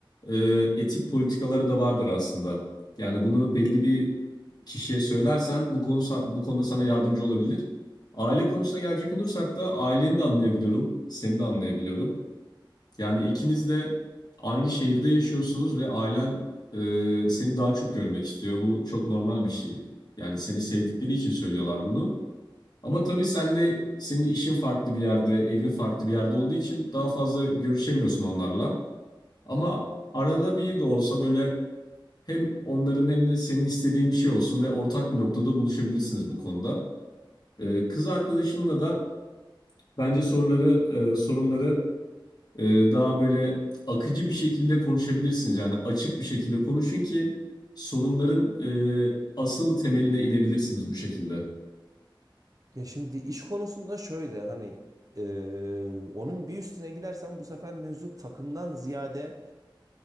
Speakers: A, on the left; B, on the right.
A: e, etik politikaları da vardır aslında. Yani bunu belli bir kişiye söylersen bu konu sa- bu konuda sana yardımcı olabilir. Aile konusuna gelecek olursak da aileni de anlayabiliyorum, seni de anlayabiliyorum. Yani ikiniz de aynı şehirde yaşıyorsunuz ve ailen e, seni daha çok görmek istiyor. Bu çok normal bir şey. Yani seni sevdikleri için söylüyorlar bunu. Ama tabii sen de senin işin farklı bir yerde, evin farklı bir yerde olduğu için daha fazla görüşemiyorsun onlarla. Ama arada bir de olsa böyle hem onların hem de senin istediğin bir şey olsun ve ortak bir noktada buluşabilirsiniz bu konuda. E, kız arkadaşınla da bence soruları, e, sorunları ee, daha böyle akıcı bir şekilde konuşabilirsiniz. Yani açık bir şekilde konuşun ki sorunların e, asıl temeline inebilirsiniz bu şekilde.
B: Ya şimdi iş konusunda şöyle hani eee, onun bir üstüne gidersem bu sefer mevzu takımdan ziyade